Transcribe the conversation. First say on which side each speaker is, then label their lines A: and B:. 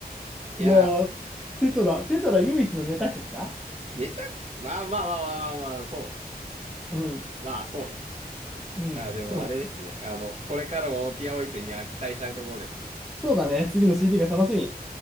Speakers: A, on the right; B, in the centre.
A: いやー、
B: いやー、テトラ、テトラ唯一のネタ曲か
A: ネタ、まあまあまあまあまあまあ、そ
B: うん。
A: う。まあそうね。
B: うん、
A: あー、でもあれですね。
B: そうだ。
A: あの、これからもティアオイツには期待したいところですね。
B: そうだね。次の CD が楽しみ。